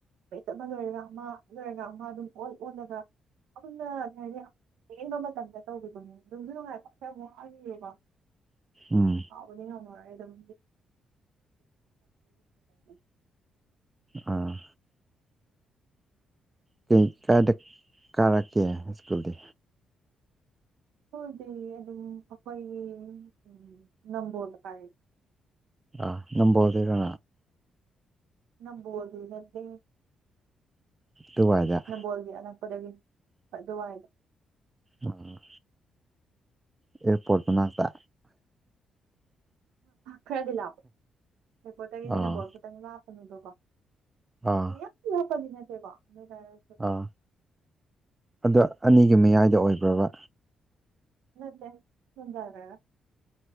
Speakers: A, on the right (about 80°); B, on the right (about 20°).
A: ꯆꯠ ꯑꯃ ꯂꯣꯏꯔꯒ ꯑꯃ ꯂꯣꯏꯔꯒ ꯑꯃ ꯑꯗꯨꯝ ꯑꯣꯟ ꯑꯣꯜꯂꯒ ꯑꯗꯨꯝꯅ ꯍꯥꯏꯗꯤ ꯇꯦꯟꯕ ꯃꯇꯝꯗ ꯇꯧꯒꯤꯕꯅꯦ ꯅꯨꯡꯖꯨ ꯅꯨꯡꯉꯥꯏꯕ <unintelligible>
B: ꯎꯝ
A: ꯀꯥꯎꯕꯗꯤ ꯉꯝꯃꯔꯣꯏ ꯑꯗꯨꯝ <unintelligible>
B: ꯑꯥ ꯀꯩ ꯀꯥꯏꯗ ꯀꯥꯔꯛꯀꯦ ꯁ꯭ꯀꯨꯜꯗꯤ
A: ꯑꯈꯣꯏꯗꯤ ꯑꯗꯨꯝ ꯑꯩꯈꯣꯏꯒꯤ ꯎꯝ ꯅꯝꯕꯣꯜ ꯃꯄꯥꯒꯤ
B: ꯑꯥ ꯅꯝꯕꯣꯜꯗꯩꯔꯣ
A: ꯅꯝꯕꯣꯜꯗꯤ ꯅꯠꯇꯦ
B: ꯗꯨꯋꯥꯏꯗ
A: ꯅꯝꯕꯣꯜꯒꯤ ꯑꯅꯛꯄꯗꯒꯤ ꯑꯗꯨꯋꯥꯏꯗ
B: ꯎꯝ ꯑꯦꯔꯄꯣꯠ ꯃꯅꯥꯥꯛꯇ
A: ꯈꯔꯗꯤ ꯂꯥꯞꯄꯦ ꯑꯦꯔꯄꯣꯠꯇꯒꯤꯗꯤ
B: ꯑꯥ
A: ꯅꯝꯕꯣꯜ ꯈꯤꯇꯪ ꯂꯥꯞꯄꯅꯦꯕꯀꯣ
B: ꯑꯥ
A: <unintelligible> ꯅꯠꯇꯦꯀꯣ ꯑꯗꯨꯏꯇꯥꯔꯁꯨ
B: ꯑꯥ ꯑꯗꯣ ꯑꯅꯤꯒꯤ ꯃꯌꯥꯏꯗ ꯑꯣꯏꯕ꯭ꯔꯕ
A: ꯅꯠꯇꯦ ꯆꯨꯝꯗ꯭ꯔꯒ꯭ꯔꯥꯒ